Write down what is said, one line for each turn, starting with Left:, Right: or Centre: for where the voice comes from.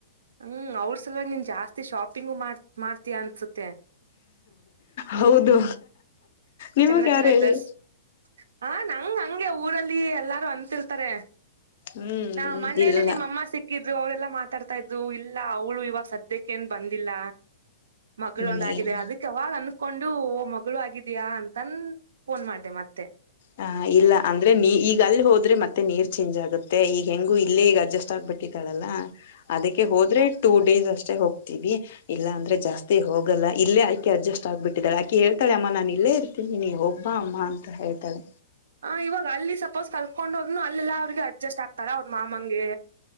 Right: ಹ್ಮ್ ಅವ್ರು ಸಲುವಾಗಿ ನೀನ್ ಜಾಸ್ತಿ ಶಾಪಿಂಗು ಮಾಡ್ ಮಾಡ್ತಿಯಾ ಅನ್ಸಿತ್ತ್
Left: ಹೌದು ನಿಮಗ್
Right: ಚೆನ್ನ ಚೆನ್ನಗ್ದಸ್
Left: ಯಾರು ಹೇಳಿ
Right: ಹ ನಂಗ್ ಹಂಗೆ ಊರಲ್ಲಿ ಎಲ್ಲಾರು ಅಂತಿರ್ತಾರೆ.
Left: ಹ್ಮ್
Right: ನಾ ಮೊನೇನೆ
Left: ಇಲ್ಲ
Right: ನಿಮ್ಮ ಅಮ್ಮ ಸಿಕ್ಕ ಹಗಿದ್ರು ಅವರೆಲ್ಲಾ ಮಾತಾಡ್ತಾ ಇದ್ರು ಇಲ್ಲ ಅವಳು ಇವಾಗ ಸದ್ಯಕ್ಕೆ ಏನ್ ಬಂದಿಲ್ಲ ಮಗಳು
Left: ಹ್ಮ್
Right: ಒಂದ ಆಗಿದೆ ಅದಕ್ಕೆ ಅವಾಗ ಅನ್ಸ್ಕೊಂಡು ಮಗಳು ಆಗಿದಯಾ ಅಂತನ್. ಫೋನ್ ಮಾಡ್ದೆ ಮತ್ತೆ.
Left: ಹಾ ಇಲ್ಲ ಅಂದ್ರೆ ನೀ ಈಗ ಅಲ್ಲಿ ಹೋದ್ರೆ ಮತ್ತೆ ನೀರ್ ಚೇಂಜ್ ಆಗುತ್ತೆ ಈಗ ಹೆಂಗು ಇಲ್ಲೇ ಈಗ ಅಡ್ಜಸ್ಟ್ ಆಗ್ಬಿಟ್ಟೆ. ಹತಿತಾಳಲ್ಲ. ಅದಕ್ಕೆ ಹೋದ್ರೆ ಟೂ ಡೇಸ್ ಅಷ್ಟೆ ಹೋಗ್ತೀವಿ ಇಲ್ಲಾ ಅಂದ್ರೆ ಜಾಸ್ತಿ ಹೋಗಲ್ಲ ಇಲ್ಲೆ ಈಗ. ಅಕೆ ಅಡ್ಜಸ್ಟ್ ಆಗ್ಬಟ್ಟಿದ್ದಾಳ ಆಕೆ ಹೇತಾಳ ಅಮ್ಮ ನಾನು ಇಲ್ಲೇ ಇತೀನಿ ನೀವು ಹೋಗಿ ಬಾ ಅಂತಾ ಹೇಳ್ತಾಳೆ
Right: ಹಾ ಇವಾಗ ಅಲ್ಲಿ ಸಪೋಸ್ ಕಲ್ತ್ಕೊಂಡೋದ್ನು ಅಲ್ಲೆಲ್ಲಾ ಅವ್ರಿಗೆ ಅಡ್ಜಸ್ಟ್ ಆಗ್ತಲ್ಲ ಅವ್ರ ಮಾಮಂಗೆ.